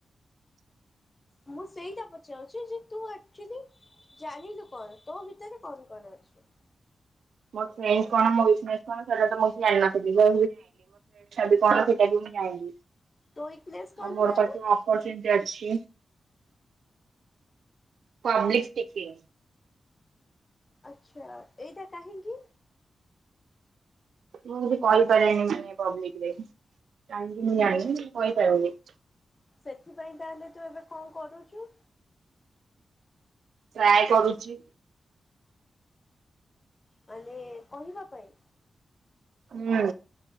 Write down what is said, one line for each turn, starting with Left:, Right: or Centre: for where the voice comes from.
Left: ମୁଁ ସେଇଟା ପଚାଉଛି ଯେ ତୁ ଅକଚୁଲି ଜାଣିଲୁ କଣ ତୋ ଭିତରେ କଣ କଣ ଅଛି।
Right: ମୋ ଷ୍ଟ୍ରେନ୍ତ୍ କଣ ମୋ ଉଇକ ନେସ କଣ ସେଟା ତ ମୁଁ କିଛି ଜାଣେନା। <unintelligible> ସେଇଟା ବି ମୁଁ ଯାଣିନି।
Left: ତୋ ୱିକନେସ୍ କଣ
Right: ଆ ମୋର
Left: ତାହେଲେ?
Right: ପାଖକୁ ଅପର୍ଚୁନିଟି ଅଛି। ପବ୍ଲିକ ସ୍ପିକିଙ୍ଗ
Left: ଆଚ୍ଛା ଏଇଟା କାହିକି?
Right: ମୁଁ କିଛି କହିପାରେନି ମାନେ ପବଲିକରେ। କାହିଁକି ମୁଁ ଜାଣିିନି କହିପାରିବିନି।
Left: ସେଥିପାଇଁ ତାହେଲେ ତୁ ଏବେ କଣ କରୁଛୁ?
Right: ଟ୍ରାଏ କରୁଛି।
Left: ମାନେ କହିବା ପାଇଁ?
Right: ହୁଁ।